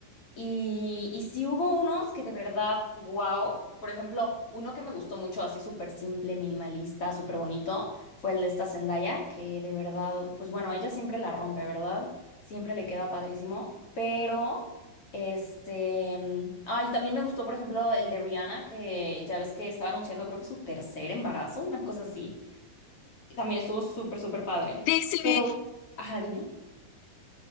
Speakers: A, on the left; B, on the left.
A: Y, y sí hubo unos que de verdad, wow. Por ejemplo, uno que me gustó mucho, así súper simple, minimalista, súper bonito, fue el de esta Zendaya, que de verdad, pues bueno, ella siempre la rompe, ¿verdad? Siempre le queda padrísimo. Pero, este, mm, ah, y también me gustó, por ejemplo, el de Rihanna, que ya ves que estaba anunciando, creo que su tercer embarazo, una cosa así. Y También estuvo súper, súper padre.
B: Sí, sí
A: Pero,
B: vi
A: ajá, dime.